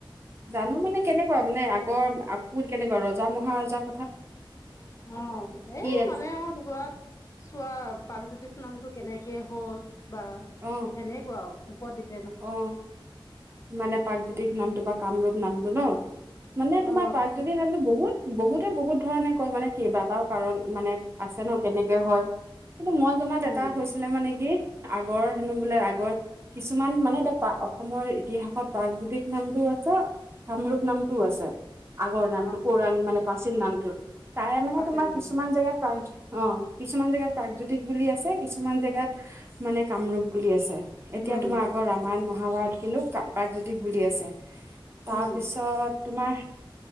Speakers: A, on the right (about 30°); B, on the left (about 35°).
A: জানো মানে কেনেকুৱা মানে আগৰ কোন কেনেকুৱা ৰজা মহাৰজাক
B: অ এই
A: আছে
B: মানে আৰু ধোৱা চোৱা প্ৰাগজ্যোতিষ নামটো কেনেকে হ'ল বা
A: অ
B: সেনেকুৱা উপদ্বীপ
A: অ মানে প্ৰাকজ্যোতিষ নামটো বা কামৰূপ নামটো ন মানে তোমাৰ
B: অ
A: প্ৰাগজ্যোতিষ নামতো বহুত বহুতে বহুত ধৰণে কয় মানে কেইবাটাও কাৰণ মানে আছে ন কেনেকে হয় কিন্তু মই জনাত
B: উম
A: এটা হৈছিলে মানে কি আগৰ হেনো বোলে আগৰ কিছু কিছুমান মানে এতিয়া অসমৰ ইতিহাসত প্ৰাগজ্যোতিক নামটো আছে, কামৰূপ নামটোও আছে, আগৰ নামটো
B: অ
A: পৌৰাণিক মানে প্ৰাচীন নামটো তাৰে মানে
B: পাচেণ্ট
A: তোমাৰ
B: নামটো
A: কিছুমান জেগাত প্ৰাক অ কিছুমান জেগাত প্ৰাগজ্যোতিষ বুলি আছে কিছুমান কিছুমান জেগাত মানে কামৰূপ বুলি আছে এতিয়া
B: উম
A: তোমাৰ আগৰ ৰামায়ণ মহাভাৰত কিন্তু কা প্ৰাগজোতিষ বুলি আছে তাৰপিছত
B: উম
A: তোমাৰ